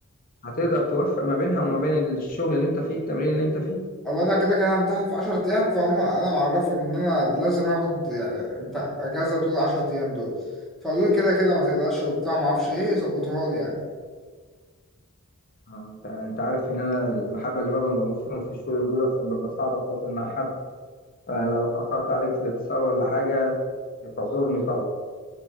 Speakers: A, on the left; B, in the centre.
A: هتقدر توفق ما بينها وما بين الشغل اللي انت فيه التمرين اللي انت فيه
B: او انا كده كده همتحن في 10 ايام فهم انا معرفهم ان انا لازم اخد يعني انت اجازه طول ال 10 ايام دول فقالوا لي كده كده ما تقلقش وبتاع ما اعرفش ايه ظبطوها لي يعني
A: اه، انت انت عارف ان انا الحبة اللي ببقى مضغوط فيهم في الشغل دول ببقى صعب اتواصل مع حد فلو اتأخرت عليك في الاتصال ولا حاجة تعذرني طبعا